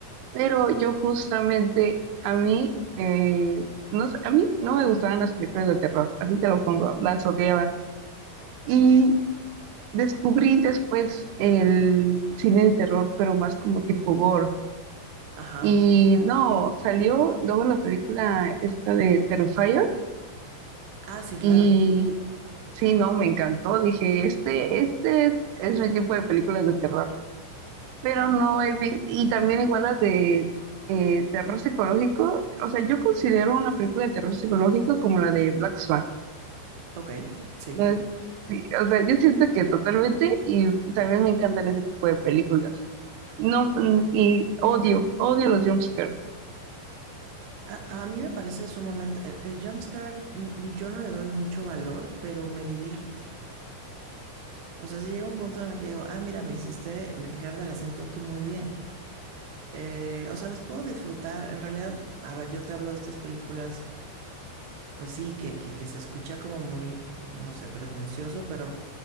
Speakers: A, on the right; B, on the right.
A: pero yo justamente a mí, eh, no sé, a mí no me gustaban las películas de terror, así te lo pongo, las odiaba y descubrí después el cine de terror, pero más como tipo gore.
B: Ajá.
A: Y no, salió luego la película esta de Terrifier
B: Ah, sí, claro.
A: y Sí, no, me encantó. Dije, este, este es, es mi tipo de películas de terror. Pero no he vi- y también igual las de eh, terror psicológico. O sea, yo considero una película de terror psicológico como la de Black Swan.
B: Ok, sí.
A: No es- sí, o sea, yo siento que totalmente y también me encantan ese tipo de películas. No, mm, y odio, odio los jumpscares.
B: A, a mí me parece sumamente... El, el jumpscare mm, yo no le doy mucho valor, pero me divierte. O sea, si llega un punto en el que digo, ah, mira, me hiciste brincar del asiento tú muy bien. Eh, o sea, las puedo disfrutar. En realidad, a ver, yo te hablo de estas películas, pues sí, que, que, que se escucha como muy, no sé, pretencioso, pero